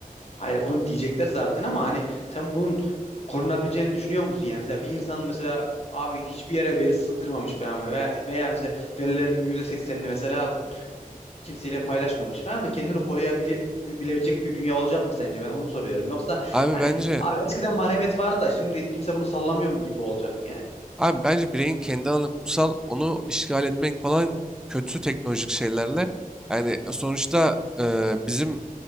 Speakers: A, on the left (about 45°); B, in the centre.
A: Hayır onu diyecekler zaten ama hani sen bunun korunabileceğini düşünüyor musun? Yani mesela bir insan mesela abi hiçbir yere veri sızdırmamış falan veya, veya mesela verilerinin yüzde seksenini mesela kimseyle paylaşmamış falan da kendini koruyabilecek bir dünya olacak mı sence? Ben onu soruyorum. Yoksa
B: Abi
A: hani
B: bence
A: abi eskiden mahremet vardı da şimdi kimse bunu sallamıyor mu gibi olacak yani.
B: Abi bence bireyin kendi alanı kutsal. Onu işgal etmek falan kötü teknolojik şeylerle. Yani e, sonuçta e, bizim